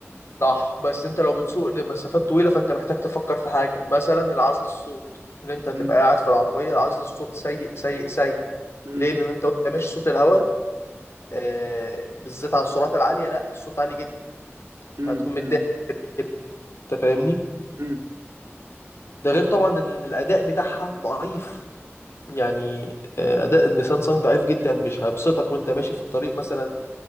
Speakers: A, on the left; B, on the right.
A: صح بس انت لو بتسوق لمسافات طويلة فانت محتاج تفكر في حاجة مثلا العزل الصوت ان انت هتبقى
B: امم
A: قاعد في العربية عزل الصوت سيء سيء سيء
B: امم
A: ليه لان انت وانت ماشي صوت الهواء آه بالذات على السرعات العالية لا الصوت عالي جدا
B: امم
A: هتكون متضايق
B: امم
A: كده كده. انت فاهمني
B: امم
A: ده غير طبعا ان إن الاداء بتاعها ضعيف يعني آه، اداء النيسان صني ضعيف جدا مش هيبسطك وانت ماشي في الطريق مثلا